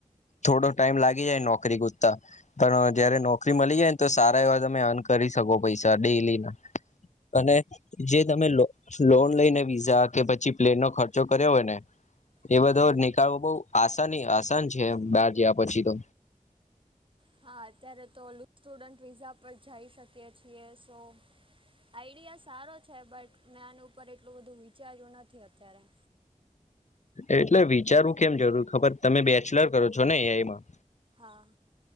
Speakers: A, on the left; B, on the right.
A: થોડો ટાઈમ લાગી જાય નોકરી ગોતતા પણ જયારે નોકરી મળી જાયને તો સારા એવા તમે અર્ન કરી શકો પૈસા ડેલી ના અને જે તમે લોન લઈને વિઝા કે પછી પ્લેન નો ખર્ચો કર્યો હોય ને
B: હા
A: એ બધો નીકળવો બહુ આસાની આસાન છે બહાર જયા પછી તો
B: હા અત્યારે તો સ્ટુડન્ટ વિઝા પર જઈ શકીએ છીએ. તો આઈડિયા સારો છે બટ મેં આનું પર એટલું બધું વિચાર્યું નથી અત્યારે.
A: એટલે વિચારવું કેમ જરૂર ખબર તમે બેચલર કરો છો ને એઈમાં
B: હા.